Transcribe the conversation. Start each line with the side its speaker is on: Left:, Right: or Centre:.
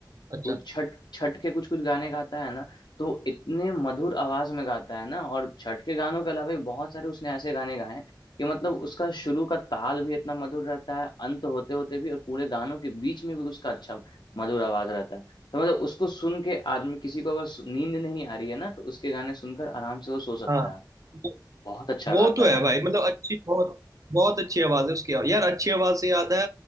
Right: अच्छा
Left: वो छठ छठ के कुछ कुछ गाने गाता है ना तो इतने मधुर आवाज में गाता है ना और छठ के गानों के अलावा भी बहुत सारे उसने ऐसे गाने गाए हैं कि मतलब उसका शुरू का ताल भी इतना मधुर रहता है अंत होते होते भी और पूरे गानों के बीच में भी उसका अच्छा मधुर आवाज रहता है तो मतलब उसको सुन के आदमी किसी को अगर सु- नींद नहीं आ रही है ना तो उसके गाने सुनकर आराम से वो सो सकता
Right: हाँ
Left: है
Right: वो
Left: बहुत अच्छा
Right: वो
Left: गाता
Right: तो
Left: है
Right: है
Left: यार
Right: भाई मतलब अच्छी बहुत बहुत अच्छी आवाज है उसकी यार अच्छी आवाज से याद है